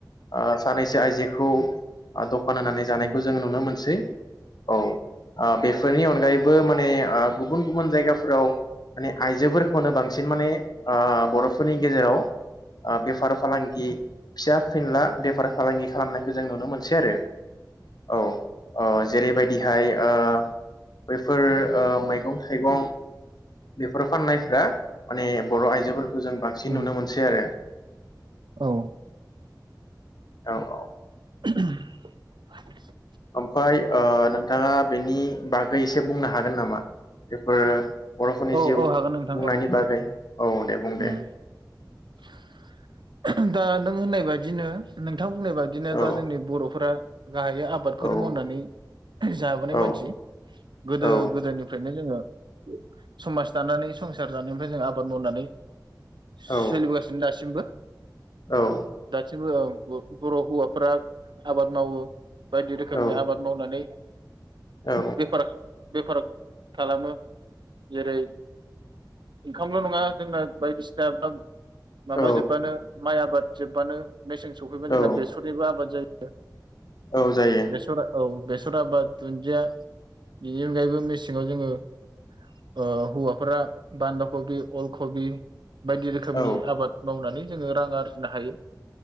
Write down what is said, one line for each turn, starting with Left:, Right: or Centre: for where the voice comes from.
Left: ओ सानैसो आइजो खौ ओ दखान होनानै जानायखौ
Right: औ
Left: जोङो नुनो मोनसै, औ। ओ बे फोरनि अनगायैबो माने ओ गुबुन गुबुन जायगाफोराव माने आइजोफोर खौनो बांसिन माने ओ बर'फोरनि गेजेराव ओ बेफार फालांगि फिसा फिनला बेफार फालांगि खालामनायखौ जों नुनो मोनसै आरो। औ ओ जेरैबायदिहाय ओ बैफोर मैगं थाइगं बेफोर फाननाय फ्रा माने बर' आइजोफोरखौ जों बांसिन
Right: औ
Left: नुनो मोनसै आरो।
Right: औ
Left: औ औ
Right: <unintelligible>
Left: ओमफ्राय ओ नोंथाङा बेनि बा गै एसे बुंनो हागोन नामा? बेफोरो बर'फोरनि
Right: औ
Left: जिउ
Right: औ
Left: खुंनायनि
Right: हागोन नोंथां औ
Left: बागै औ दे। बुं
Right: उम
Left: दे
Right: <inaudible> दा नों होननाय बादिनो नों नोंथां बुंनाय बादिनो
Left: औ
Right: बा जोंनि बर'फोरा गाहायै आबादखौनो
Left: औ
Right: मावनानै जाबोनाय
Left: औ
Right: मानसि। गोदो
Left: औ
Right: गोदायनिफ्रायनो जोङो समाज दानानै संसार जानायनिफ्राय जों आबाद मावनानै सोलिबोगासिनो
Left: औ
Right: दासिमबो
Left: औ
Right: बो ब-बर' हौवाफोरा आबाद मावो। बायदि रोखोमनि
Left: औ
Right: आबाद मावनानै
Left: औ
Right: बेफार बेफार खालामो। जेरै ओंखामल' नङा जोंना बायदिसिना माबा
Left: औ
Right: जोब्बानो माइ आबाद जोब्बानो मेसें सफैबा जोंना
Left: औ
Right: बेसरनिबो आबाद जायो। <unintelligible>
Left: औ जायो
Right: <inaudible> बेसरा औ बेस <unintelligible> बा दुन्दिया, बेनि अनगायैबो मेसेङाव जोङो ओ हौवाफोरा बान्दा कबि अल कबि बाय रोखोमनि
Left: औ
Right: आबाद मावनानै जोङो रां आरजिनो हायो।